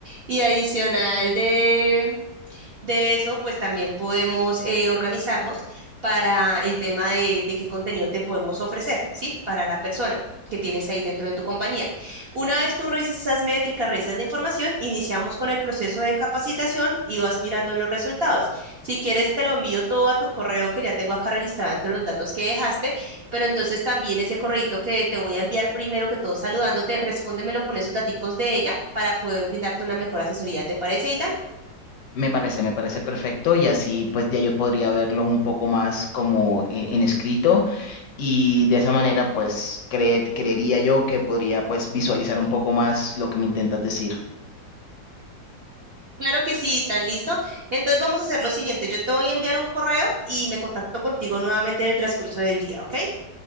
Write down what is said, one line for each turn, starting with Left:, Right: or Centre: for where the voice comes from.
Right: y adicional de de eso, pues también podemos eh, organizarnos para el tema de, de qué contenido te podemos ofrecer, ¿sí? Para la persona que tienes ahí dentro de tu compañía. Una vez tú revises esas métricas, revises la información, iniciamos con el proceso de capacitación y vas mirando los resultados. Si quieres, te lo envío todo a tu correo que ya tengo acá registrado entre los datos que dejaste, pero entonces también ese correito que te voy a enviar primero que todo saludándote, respóndemelo con esos daticos de ella para poder brindarte una mejor asesoría. ¿Te parece, Ita?
Left: Me parece, me parece perfecto y así pues ya yo podría verlo un poco más como eh, en escrito y de esa manera pues creer, creería yo que podría pues visualizar un poco más lo que me intentas decir.
Right: Claro que sí, tan listo. Entonces vamos a hacer lo siguiente. Yo te voy a enviar un correo y me contacto contigo nuevamente en el transcurso del día, ¿ok?